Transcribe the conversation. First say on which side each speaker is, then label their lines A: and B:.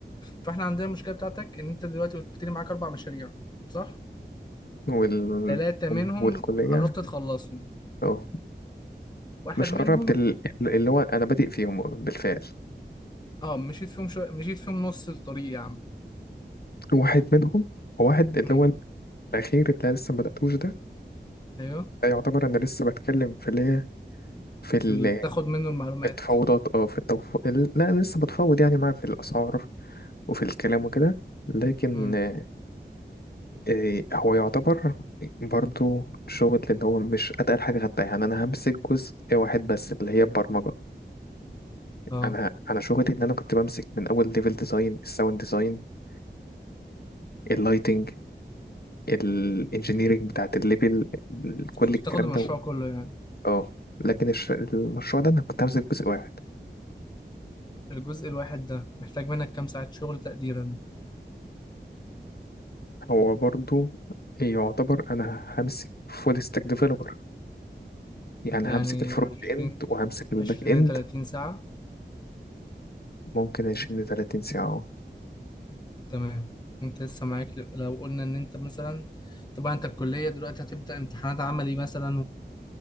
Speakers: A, on the left; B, on the left.
A: فاحنا عندنا المشكلة بتاعتك ان انت دلوقتي قلت لي معاك اربع مشاريع صح
B: وال
A: ثلاثة منهم
B: والكليه
A: قربت تخلصهم
B: اه
A: واحد
B: مش
A: منهم
B: قربت ال- اللي هو انا بادئ فيهم بالفعل
A: اه مشيت فيهم شويه مشيت فيهم نص الطريق يا عم
B: واحد منهم هو واحد اللي
A: امم
B: هو الاخير اللي أنا لسه ما بداتوش ده
A: ايوه
B: يعتبر انا لسه بتكلم في اللي هي في ال-
A: في ال... بتاخد منه المعلومات
B: التفاوضات اه في التوف... لا انا لسه بتفاوض يعني معاه في الاسعار وفي الكلام وكده لكن
A: امم
B: آه، آه، هو يعتبر برضو شغل اللي هو مش اتقل حاجه خدتها يعني انا همسك جزء واحد بس اللي هي البرمجه
A: اه
B: انا انا شغلي ان انا كنت بمسك من اول ليفل ديزاين الساوند ديزاين اللايتنج الانجينيرنج بتاعت الليفل كل
A: كنت
B: الكلام
A: بتاخد المشروع
B: ده و-
A: كله يعني
B: اه لكن الش- المشروع ده انا كنت همسك جزء واحد
A: الجزء الواحد ده محتاج منك كام ساعة شغل تقديرا
B: هو برضو يعتبر انا همسك فول ستاك ديفلوبر يعني
A: يعني
B: همسك الفرونت
A: 20
B: اند وهمسك الباك
A: 20
B: اند
A: ل 30 ساعة
B: ممكن عشرين لتلاتين ساعة اه
A: تمام وانت لسه معاك لو قلنا ان انت مثلا طبعا انت الكلية دلوقتي هتبدأ امتحانات عملي مثلا